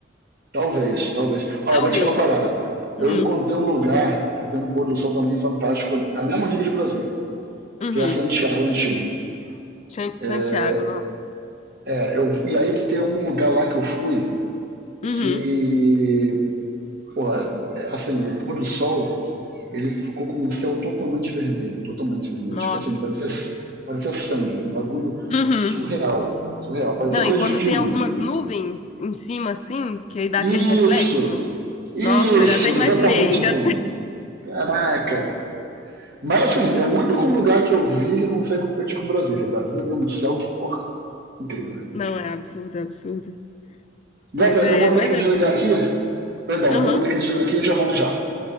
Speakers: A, on the right; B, on the left.
A: Talvez,
B: E
A: talvez. Olha,
B: Talvez.
A: eu vou te falar uma parada. Eu
B: Uhum.
A: encontrei um lugar que tem um pôr do sol também fantástico, a mesmo nível de Brasília,
B: Uhum.
A: que é Santiago, no Chile.
B: Chan-
A: É,
B: Santiago, não.
A: é, eu, e aí tem um lugar lá que eu fui
B: Uhum.
A: que, porra, é, assim, o pôr do sol ele ficou com o céu totalmente vermelho, totalmente vermelho.
B: Nossa.
A: Tipo assim, parecia, parecia sangue, um bagulho
B: Uhum.
A: surreal, surreal, parecia
B: Não,
A: coisa
B: e quando
A: de filme.
B: tem algumas nuvens em cima, assim, que aí dá
A: Isso,
B: aquele reflexo.
A: isso,
B: Nossa, já até imaginei,
A: exatamente
B: já
A: assim. Caraca. Mas assim, é o único lugar que eu vi que consegue competir com Brasília. Brasília tem um céu que, porra, incrível, né?
B: Não, é absurdo, é absurdo.
A: Gata,
B: Mas
A: eu
B: é,
A: vou ter
B: mas
A: que
B: é.
A: desligar aqui. Perdão,
B: Aham.
A: eu vou ter que desligar aqui e já volto já.